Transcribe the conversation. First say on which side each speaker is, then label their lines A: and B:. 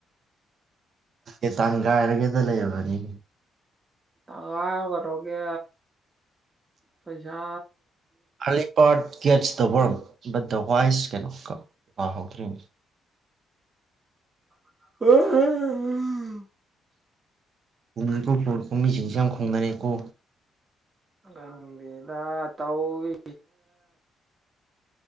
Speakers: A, on the right; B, on the right.
A: ꯦ ꯇꯥꯡꯒꯥꯏꯔꯒꯦꯗ ꯂꯩꯔꯕꯅꯤ
B: ꯇꯉ ꯈꯣꯒꯦ ꯄꯩꯁꯥ
A: ꯑꯂꯤꯄꯥꯥꯔꯠ ꯀꯒꯦꯠꯁ ꯇꯧꯕ꯭ꯔꯝ ꯕꯠ ꯗ ꯋꯥꯏꯁ ꯀꯩꯅꯣ ꯀ ꯄꯍꯧꯗ꯭ꯔꯤꯅꯤ
B: ꯎ
A: <inaudible> ꯀꯨꯝꯩ ꯀ ꯄꯣꯠ ꯀꯨꯝ ꯃꯤꯖꯤꯤꯡꯁꯤ ꯌꯥꯝ ꯈꯣꯡꯅ ꯀꯣ
B: ꯑꯪꯕꯤꯗꯥ ꯇꯧ ꯏ